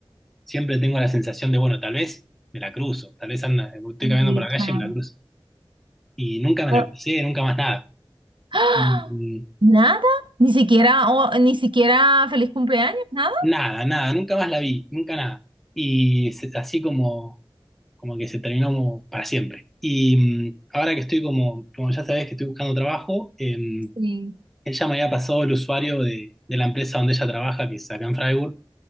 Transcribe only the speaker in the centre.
siempre tengo la sensación de, bueno, tal vez me la cruzo, tal vez anda, estoy
caminando por la
calle y me la cruzo. Y nunca me
la crucé, nunca más nada.
Mm,
Nada, nada, nunca más la vi, nunca nada. Y se- así como, como que se terminó como para siempre. Y mm, ahora que estoy como, como ya sabés que estoy buscando trabajo, em,
Ella me había pasado el usuario de, de la empresa donde ella trabaja, que es acá en Freiburg,